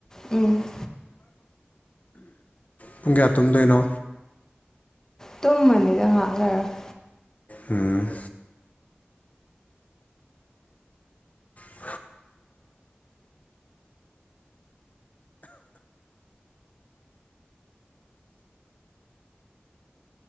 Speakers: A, on the left; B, on the left.
A: ꯎꯝ
B: ꯄꯨꯡ ꯀꯌꯥ ꯇꯨꯝꯗꯣꯏꯅꯣ
A: ꯇꯨꯝꯃꯅꯤꯗ ꯉꯥꯏꯍꯥꯛ ꯂꯩꯔꯒ
B: ꯎꯝ ꯎ